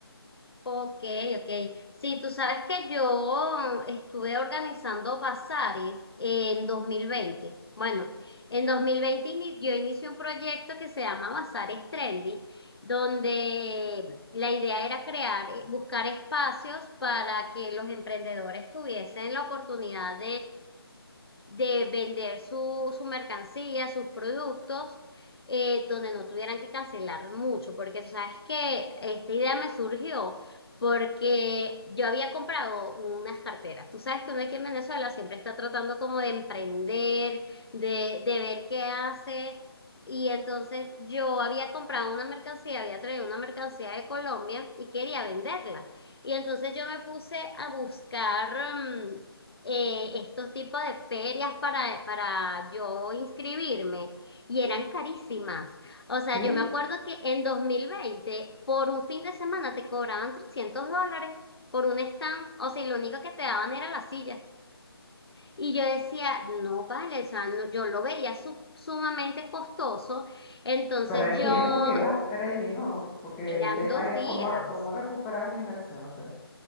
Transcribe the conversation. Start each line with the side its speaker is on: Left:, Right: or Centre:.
Left: Ok, ok. Sí, tú sabes que yo estuve organizando bazares en 2020. Bueno, en 2020 ini- yo inicié un proyecto que se llama Bazares Trendy, donde la idea era crear, eh, buscar espacios para que los emprendedores tuviesen la oportunidad de vender su, su mercancía, sus productos, eh, donde no tuvieran que cancelar mucho, porque sabes que esta idea me surgió porque yo había comprado unas carteras. Tú sabes que uno aquí en Venezuela siempre está tratando como de emprender, de, de ver qué hace. Y entonces yo había comprado una mercancía, había traído una mercancía de Colombia y quería venderla. Y entonces yo me puse a buscar, mm, eh, estos tipos de ferias para, para yo inscribirme y eran carísimas. O sea,
Centre: Sí.
Left: yo me acuerdo que en 2020 por un fin de semana te cobraban 300 dólares por un stand, o sea, y lo único que te daban era la silla. Y yo decía, no vale, o sea, no- yo lo veía su- sumamente costoso, entonces
Centre: Para el
Left: yo,
Centre: tiempo que ibas a estar allí, ¿no? Porque
Left: eran
Centre: el tema
Left: dos
Centre: es
Left: días.
Centre: cómo, cómo recuperar la inversión, o sea.